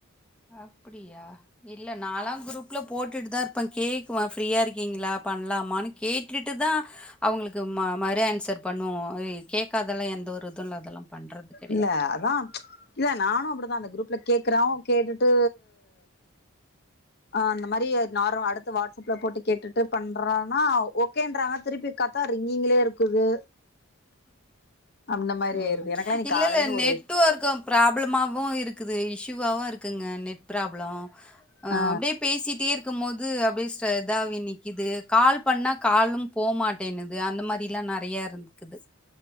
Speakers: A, in the centre; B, on the left.
A: அப்டியா இல்ல நாலா குரூப்ல போட்டுட்டு தா இருப்ப கேக்குவ ஃப்ரீயா இருக்கீங்களா பண்ணலாமான்னு கேட்டுட்டுதா அவுங்களுக்கு மறு ஏன்சர் பண்ணுவோ எ கேக்காதெல்லா எந்த ஒரு இதுல அதெல்லா பண்றது கெடையாது
B: இல்ல அதா இல்ல நானு அப்டிதா அந்த குரூப்ல கேக்கறோ கேட்டுட்டு அந்த மாரி நாரு அடுத்த வாட்ஸ்அப்ல போட்டு கேட்டுட்டு பண்றனா ஓ கேன்றாங்க திருப்பி கத்தா ரிங்கீங்ளே இருக்குது அந்த மாரி
A: ம்
B: ஆயிருது எனக்கெல்லா இன்னைக்கு
A: இல்லல்ல
B: காலைல இருந்து
A: நெட்
B: ஒரு
A: ஒர்க் கு ப்ராப்ளமாவு இருக்குது இஸ்ஸுவாவு இருக் குங்க நெட் ப்ராப்ளோ அ
B: ஆ
A: அப்டியே பேசிட்டே இருக்கும்போது அப்டியே ச இதாவி நிக்குது கால் பண்ணா காலும் போமாட்டினுது அந்த மாரிலா நெறைய இருந் கிது